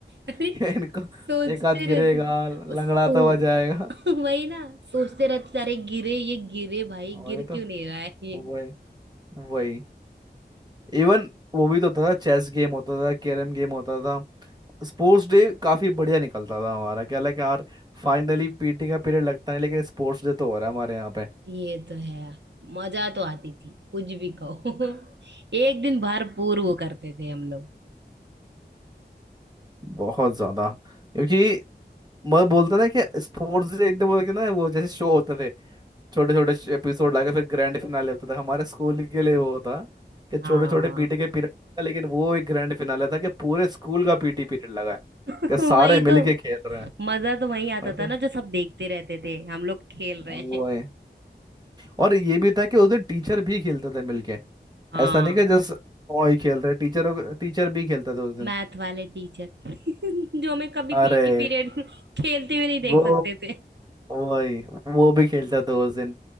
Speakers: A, on the right; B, on the right.
A: अरे
B: <laughs> इनको
A: सोचते
B: एक हाथ गिरेगा
A: रहते थे
B: लंगड़ाता
A: सो
B: हुआ जाएगा
A: <laughs> वही ना सोचते रहते थे, अरे गिरे ये गिरे भाई
B: वही
A: गिर क्यों
B: तो
A: नहीं रहा है ये
B: वही वही इवन वो भी तो था चेस गेम होता था कैरम गेम होता था स्पोर्ट्स डे काफी बढ़िया निकलता था हमारा क्या लगा कि यार फाइनली पीटी का पीरियड लगता है लेकिन स्पोर्ट्स डे तो हो रहा है हमारे यहाँ पे
A: ये तो है मजा तो आती थी कुछ भी कहो <laughs> एक दिन भरपूर वो करते थे हम लोग
B: बहुत ज्यादा क्योंकि मैं बोलता ना कि स्पोर्ट्स डे एकदम वो कि ना वो जैसे शो होते थे छोटे छोटे एपिसोड लाके फिर ग्रैंड फिनाले होता था हमारे स्कूल के लिए वो होता कि छोटे
A: हाँ
B: छोटे पीटी के पीरियड था लेकिन वो एक ग्रैंड फिनाले था कि पूरे स्कूल का पीटी पीरियड लगा है
A: <laughs>
B: कि सारे
A: वही
B: मिलके
A: तो
B: खेल रहे हैं
A: मजा तो वही आता
B: वही तो
A: था ना जो सब देखते रहते थे हम लोग खेल रहे
B: वो
A: हैं
B: है और ये भी था कि उस दिन टीचर भी खेलते थे मिलके
A: हाँ
B: ऐसा नहीं कि जस्ट ओ ही खेल रहे टीचर टीचर भी खेलता था उस दिन
A: मैथ वाले टीचर <laughs> जो हमें कभी
B: अरे
A: पीटी पीरियड <laughs> खेलते हुए नहीं देख
B: वो
A: सकते थे
B: वही वो भी खेलता था उस दिन